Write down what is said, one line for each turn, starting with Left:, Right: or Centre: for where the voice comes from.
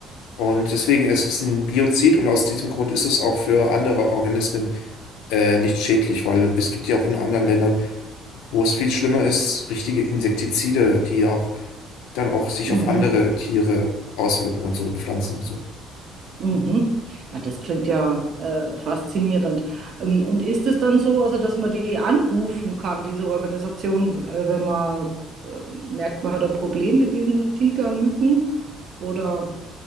Left: Und deswegen ist es ein Biozid und aus diesem Grund ist es auch für andere Organismen äh, nicht schädlich, weil es gibt ja auch in anderen Ländern, wo es viel schlimmer ist, richtige Insektizide, die ja auch dann auch sich
Right: Mhm.
Left: auf andere Tiere auswirken und so und Pflanzen und so.
Right: Mhm. Na, das klingt ja äh, faszinierend. Ähm, und ist es dann so, also dass man die anrufen kann, diese Organisation, äh, wenn man äh, merkt, man hat ein Problem mit diesen Tigermücken? Oder,